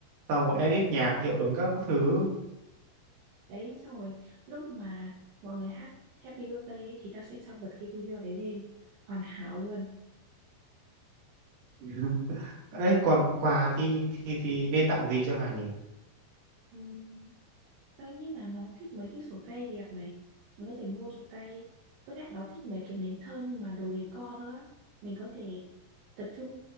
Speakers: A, on the right (about 50°); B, on the right (about 70°).
A: xong rồi edit nhạc hiệu ứng các thứ
B: đấy xong rồi lúc mà mọi người hát Happy Birthday ấy, thì ta sẽ cho bật cái video đấy lên hoàn hảo luôn
A: <laughs> ấy còn quà thì thì thì nên tặng gì cho Hà nhỉ
B: Ừm, đương nhiên là nó thích mấy cái sổ tay đẹp này mình có thể mua sổ tay với lại nó thích mấy cái nến thơm mà đồ decor nữa mình có thể tập trung